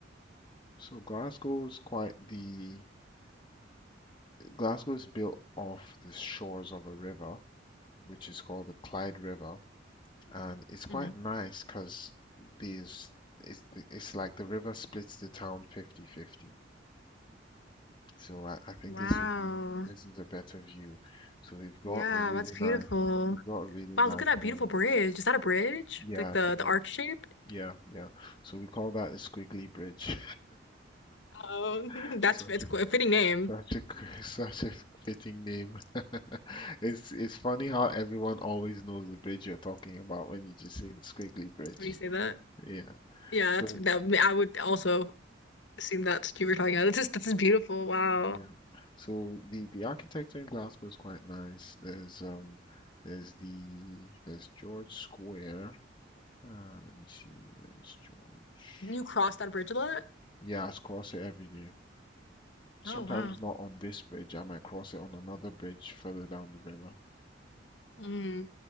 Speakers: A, on the left; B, on the left.
A: So Glasgow is quite the Glasgow is built off the shores of a river, which is called the Clyde River, and it's quite
B: hmm
A: nice because there's it's it's like the river splits the town fifty-fifty. So I, I think
B: Wow.
A: this would be this is a better view. So they've got
B: Yeah,
A: a really
B: that's beautiful.
A: nice they've got a really
B: Wow,
A: nice
B: look at that beautiful
A: um
B: bridge. Is that a bridge?
A: yeah
B: Like the
A: it's a bridge
B: the arc shaped?
A: yeah yeah. So we call that the Squiggly Bridge.
B: Oh, <laughs>
A: <laughs>
B: that's
A: Such
B: it's
A: a
B: a fitting name
A: such a <laughs> such a fitting name. It's it's funny how everyone always knows the bridge you're talking about when you just say the Squiggly Bridge.
B: when you say that.
A: Yeah.
B: Yeah,
A: So
B: that's that. I would also assume that's what you were talking about. This is this is beautiful. Wow.
A: yeah. So the the architecture in Glasgow is quite nice. There's um there's the there's George Square. Uh, let me see, where is George?
B: You cross that bridge a lot?
A: Yeah, I cross it every day. Sometimes
B: Oh, wow.
A: not on this bridge. I might cross it on another bridge further down the river.
B: Mm.